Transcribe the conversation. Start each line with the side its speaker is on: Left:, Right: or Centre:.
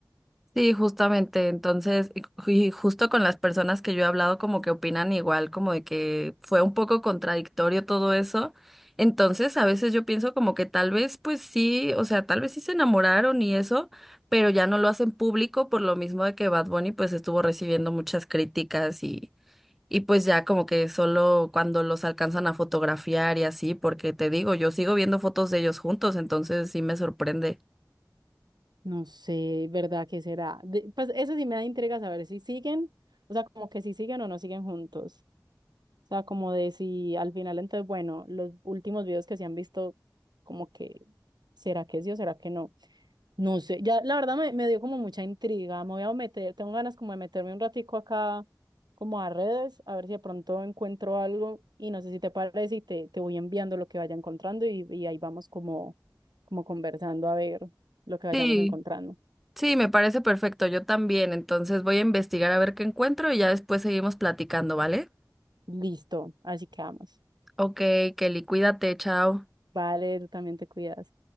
Centre: Sí, justamente. Entonces, y ju- y justo con las personas que yo he hablado, como que opinan igual, como de que fue un poco contradictorio todo eso. Entonces, a veces yo pienso como que tal vez, pues sí, o sea, tal vez sí se enamoraron y eso, pero ya no lo hacen público por lo mismo de que Bad Bunny pues estuvo recibiendo muchas críticas y, y pues ya como que solo cuando los alcanzan a fotografiar y así, porque te digo, yo sigo viendo fotos de ellos juntos, entonces sí me sorprende.
Right: No sé, ¿verdad? ¿Qué será? De- pues eso sí me da intriga saber si siguen, o sea, como que si siguen o no siguen juntos. O sea, como de si al final, entonces, bueno, los últimos videos que se han visto, como que, ¿será que sí o será que no? No sé, ya la verdad me, me dio como mucha intriga, me voy a meter, tengo ganas como de meterme un ratico acá como a redes, a ver si de pronto encuentro algo y no sé si te parece y te, te voy enviando lo que vaya encontrando y, y ahí vamos como, como conversando a ver lo que vayamos
Centre: Sí,
Right: encontrando.
Centre: Sí, me parece perfecto, yo también. Entonces voy a investigar a ver qué encuentro y ya después seguimos platicando, ¿vale?
Right: Listo, así que vamos.
Centre: Ok, Kelly, cuídate, chao.
Right: Vale, tú también te cuidas.